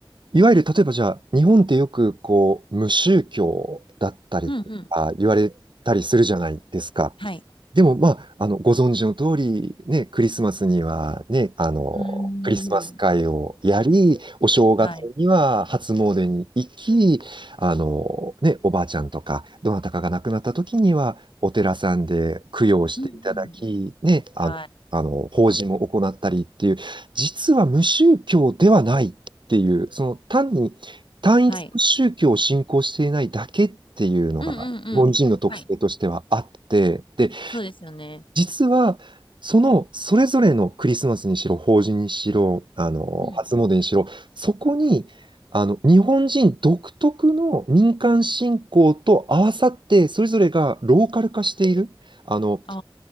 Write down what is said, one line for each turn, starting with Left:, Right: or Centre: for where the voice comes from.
Right: いわゆる例えばじゃあ、日本ってよくこう、無宗教だったりとか言われたりするじゃないですか。
Left: うんうん。はい。
Right: でも、まあ、あの、ご存知の通り、ね、クリスマスにはね、あの、
Left: うん
Right: クリスマス会をやり、お正月には初詣に行
Left: はい。
Right: き、あの、ね、おばあちゃんとか、どなたかが亡くなった時には、お寺さんで供養していただき、
Left: うんうん。
Right: ね、あの、
Left: はい。
Right: あの、法事も行ったりっていう、実は無宗教ではないっていう、その単に単一の宗教を信仰していないだけっていうのが、
Left: はい。うんうんうん。
Right: 日本人の特性としてはあって、
Left: はい。
Right: で、
Left: そうですよね。
Right: 実は、その、それぞれのクリスマスにしろ、法事にしろ、あの、
Left: うん。
Right: 初詣にしろ、そこに、あの、日本人独特の民間信仰と合わさって、それぞれがローカル化している、あの、
Left: あ